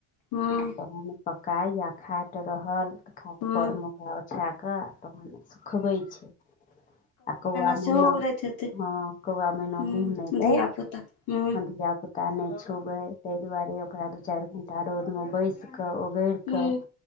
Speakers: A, on the left; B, on the left.
A: हँ
B: आ तहन पकाए या खाट रहल खाट
A: हँ
B: पर म बिछा कऽ तहन सुखबै छै आ कौआ
A: सेहो
B: मैना
A: उगरैत हेतै
B: हँ कौआ मैना
A: हूँ
B: मुँह नहि
A: धिया
B: दइ
A: पुता हूँ
B: धियापुता नहि छुबै ताहि दुआरे ओकरा दू चारि घंटा रौद में बसि के ओगरि
A: हूँ
B: कय